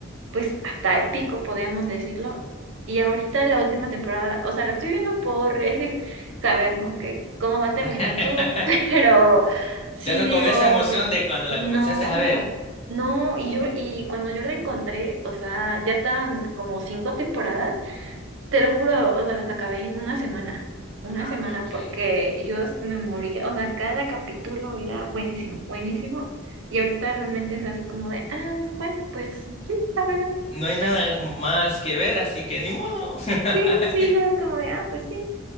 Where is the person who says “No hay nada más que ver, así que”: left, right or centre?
Left